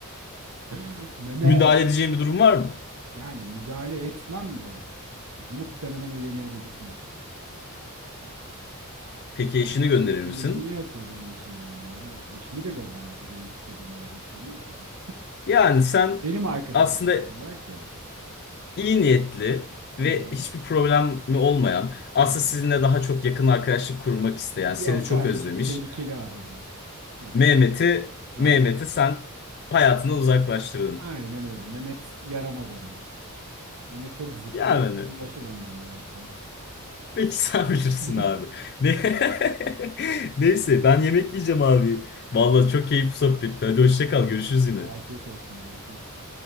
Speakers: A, on the right; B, on the left.
A: <laughs> Mehmet
B: Müdahale edeceğin bir durum var mı?
A: yani müdahale etmem de muhtemelen o yemeğe de gitmem.
B: Peki
A: Öpücük
B: eşini gönderir
A: e, emoji
B: misin?
A: niye atıyor benim eşime yani neden? Eşimi de göndermedi benim gitmediğim yerde eşimin ne işi var? <laughs>
B: Yani sen
A: Benim arkadaşım
B: aslında
A: sonuç olarak ya.
B: iyi niyetli ve
A: Hı hı.
B: hiçbir problemi olmayan, aslında
A: Hı hı.
B: sizinle daha çok yakın arkadaşlık kurmak isteyen,
A: Yok
B: seni çok
A: kardeşim
B: özlemiş.
A: tehlikeli ada bu. Yok.
B: Mehmet'i,
A: Aynen.
B: Mehmet'i sen hayatından uzaklaştırdın.
A: Aynen öyle. Mehmet yaramaz adam. Mehmet çok zıplıyor.
B: Yani
A: Uğraşamam ben Mehmet'le.
B: peki sen <laughs> bilirsin
A: <laughs>
B: abi. Ne? <laughs> Neyse ben yemek yiyeceğim abi.
A: Tamamdır.
B: Vallahi çok keyifli sohbetti. Hadi hoşça kal,
A: Aynen.
B: görüşürüz yine.
A: Afiyet olsun. Görüşürüz.